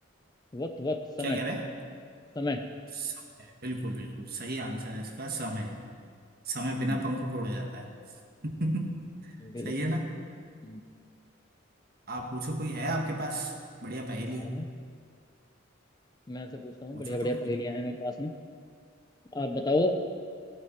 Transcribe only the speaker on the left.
वक्त वक्त समय
समय
हम्म
बिल्कुल
बिल्कुल
हम्म,
हाँ मैं आपसे पूछता हूँ
बढ़िया बढ़िया
पहेलियां हैं मेरे पास में आप बताओ